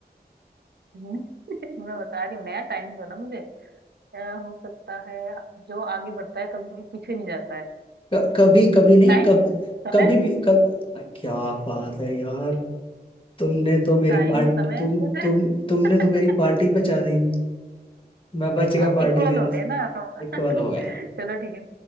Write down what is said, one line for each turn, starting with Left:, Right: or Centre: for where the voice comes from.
Right: <laughs> मैं मैं बता रही हूँ ना यार टाइम दो ना मुझे अ, हो सकता है जो आगे बढ़ता है कभी पीछे नहीं जाता है
Left: क- कभी कभी नहीं
Right: टाइम
Left: कब
Right: समय
Left: कभी भी कब क्या बात है यार तुमने तो मेरी
Right: टाइम
Left: पार्टी
Right: समय
Left: तुम
Right: कुछ
Left: तुम
Right: है।
Left: तुमने
Right: <laughs>
Left: तो मेरी पार्टी बचा दी मैं बच गया
Right: हाँ
Left: पार्टी
Right: इक्वल
Left: देने
Right: हो गए
Left: से
Right: ना हम।
Left: एक
Right: <laughs>
Left: सवाल हो गया
Right: चलो ठीक है